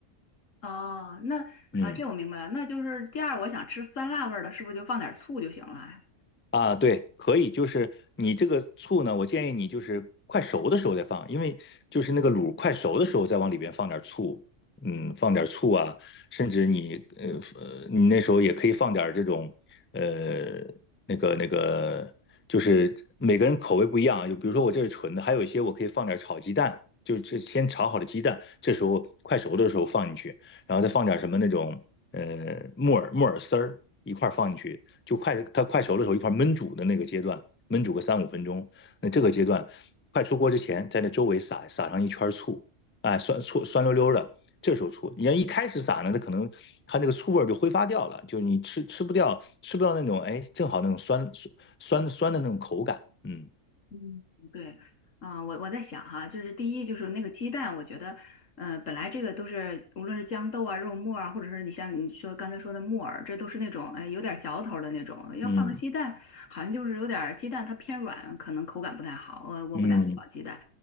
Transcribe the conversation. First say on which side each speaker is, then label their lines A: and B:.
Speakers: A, on the left; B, on the left.
A: 哦，那啊，
B: 嗯。
A: 这我明白了，那就是第二，我想吃酸辣味儿的，是不是就放点醋就行了啊？
B: 啊，对，可以，就是你这个醋呢，我建议你就是快熟的时候再放，因为就是那个卤快熟的时候再往里边放点醋，嗯，放点醋啊，甚至你呃呃，你那时候也可以放点这种呃那个那个，就是每个人口味不一样啊，就比如说我这是纯的，还有一些我可以放点炒鸡蛋，就这先炒好的鸡蛋，这时候快熟的时候放进去，然后再放点什么那种呃木耳木耳丝儿一块儿放进去。就快它快熟的时候一块焖煮的那个阶段，焖煮个三五分钟。那这个阶段快出锅之前，在那周围撒撒上一圈醋，哎，酸醋酸溜溜的。这时候醋，你要一开始撒呢，它可能它那个醋味就挥发掉了，就你吃吃不掉，吃不到那种哎，正好那种酸酸酸酸的那种口感。嗯
A: 嗯，对，啊，我我在想哈，就是第一就是那个鸡蛋，我觉得，嗯、本来这个都是无论是豇豆啊、肉末啊，或者是你像你说刚才说的木耳，这都是那种哎有点嚼头儿的那种，要放个鸡蛋，
B: 嗯
A: 好像就是有点儿鸡蛋它偏软，可能口感不太好，我我不打算放鸡蛋。
B: 嗯嗯。